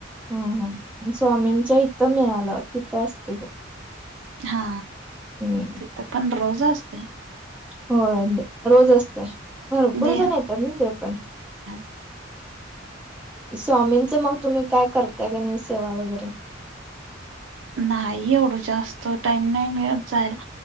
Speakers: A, in the centre; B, on the right.
A: हो हो स्वामींच्या इथं मिळालं तिथं असते.
B: हा
A: हम्म
B: तिथं पण रोज असते.
A: होय रोज असते. भरपूर
B: देन
A: जण येतात न ते पण,
B: <inaudible>
A: स्वामींचं मग तुम्ही काय करताय का नाही सेवा वगैरे.
B: नाही एवढं जास्त टाईम नाही मिळत जायला.